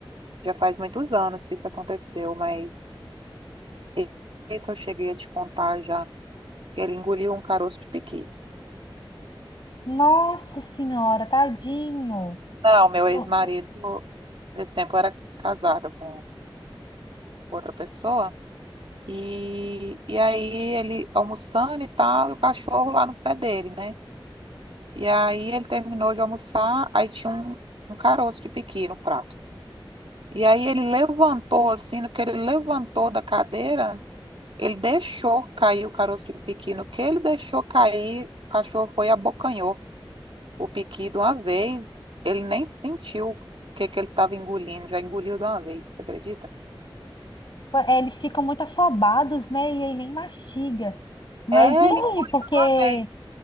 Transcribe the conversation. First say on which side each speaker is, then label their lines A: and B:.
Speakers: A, on the right; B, on the left.
A: já faz muitos anos que isso aconteceu, mas e- esse eu cheguei a te contar já, que ele engoliu um caroço de piqui.
B: Nossa senhora, tadinho.
A: Não, meu
B: Eu-
A: ex-marido,
B: eu-
A: nesse tempo eu era casada com outra pessoa, e, e aí ele almoçando e tal, e o cachorro lá no pé dele, né? E aí ele terminou de almoçar, aí tinha um, um caroço de piqui no prato. E aí ele levantou, assim, no que ele levantou da cadeira, Ele deixou cair o caroço de piqui. No que ele deixou cair, o cachorro foi e abocanhou o piqui de uma vez. Ele nem sentiu o que, que ele estava engolindo, já engoliu de uma vez, você acredita?
B: é, eles ficam muito afobados, né, e aí nem mastiga. Mas
A: É,
B: e aí,
A: ele engoliu
B: porque
A: de uma vez.